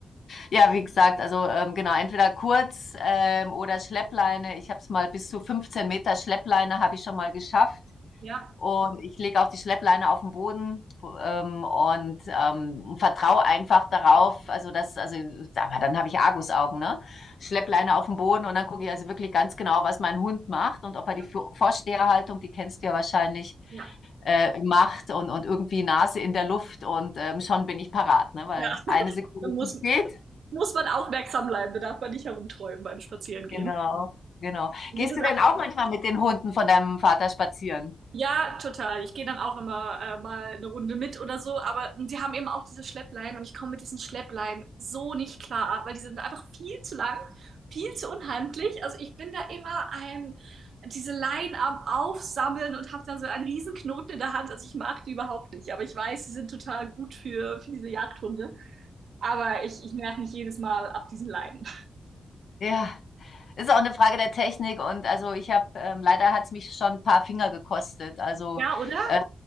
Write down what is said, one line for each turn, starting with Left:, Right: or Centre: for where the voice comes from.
Left: Ja, wie gesagt, also ähm, genau, entweder kurz ähm, oder Schleppleine. Ich habe es mal bis zu 15 Meter Schleppleine habe ich schon mal geschafft.
Right: Ja,
Left: Und ich lege auch die Schleppleine auf den Boden ähm, und ähm, vertraue einfach darauf. Also das, also, aber dann habe ich Argusaugen, ne? Schleppleine auf den Boden und dann gucke ich also wirklich ganz genau, was mein Hund macht und ob
Right: ja,
Left: er die Vo- Vorsteherhaltung, die kennst du ja wahrscheinlich,
Right: ja.
Left: äh, macht und, und irgendwie Nase in der Luft und ähm, schon bin ich parat, ne? Weil
Right: Ja,
Left: eine Sekunde
Right: dann muss,
Left: zu spät
Right: muss man aufmerksam bleiben. Da darf man nicht herumträumen beim Spazierengehen.
Left: Genau, genau.
Right: Man
Left: Gehst
Right: muss jetzt
Left: du denn auch manchmal mit den Hunden von deinem Vater spazieren?
Right: Ja, total. Ich gehe dann auch immer äh, mal eine Runde mit oder so, aber die haben eben auch diese Schleppleinen und ich komme mit diesen Schleppleinen so nicht klar, weil die sind einfach viel zu lang, viel zu unhandlich. Also ich bin da immer ein, diese Leinen am Aufsammeln und habe dann so einen riesen Knoten in der Hand. Also ich mag die überhaupt nicht, aber ich weiß, sie sind total gut für, für diese Jagdhunde. Aber ich, ich nerv mich jedes Mal ab diesen Leinen.
Left: Ja, ist auch eine Frage der Technik und also ich habe, ähm, leider hat es mich schon ein paar Finger gekostet. Also
Right: Ja, oder?
Left: äh,